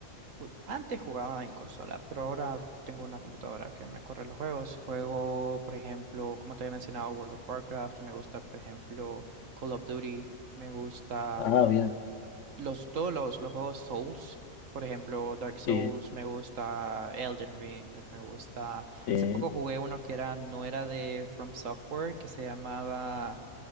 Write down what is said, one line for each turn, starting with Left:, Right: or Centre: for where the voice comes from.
Right: u- Antes jugaba en consola, pero ahora tengo una computadora que me corre los juegos. Juego, por ejemplo, como te había mencionado, World of Warcraft. Me gusta, por ejemplo, Call of Duty. Me gusta
Left: Ah, bien.
Right: eh, los, todos los, los juegos Souls. Por ejemplo, Dark Souls,
Left: Sí,
Right: me gusta Elden Ring, me gusta.
Left: sí.
Right: Hace poco jugué uno que era, no era de From Software, que se llamaba.